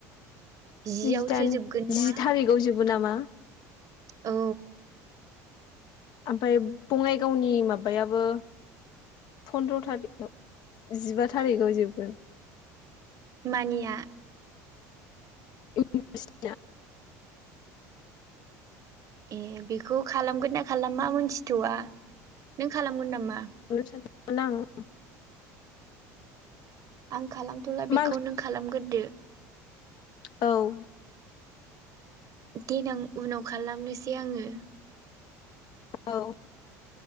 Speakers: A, on the right (about 45°); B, on the left (about 55°).
A: जियावसो
B: नैजिदाइन
A: जोबगोन
B: जि
A: ना
B: थारिखाव जोब नंगौ नामा
A: औ
B: आमफाय बङाइगावनि माबायाबो फन्द्र' थारिखआव जिबा थारिखआव जोबगोन
A: मानिया
B: इउनिभारसिटिनिया
A: ए बेखौ खालामगोन ना खालामा मोनथिथ'वा नों खालामगोन नामा।
B: खालामनो सानदोंमोन आङो।
A: आं खालामथ'ला
B: मा
A: बेखौ नों खालामगोरदो।
B: औ
A: देनां उनाव खालामनोसै आङो
B: औ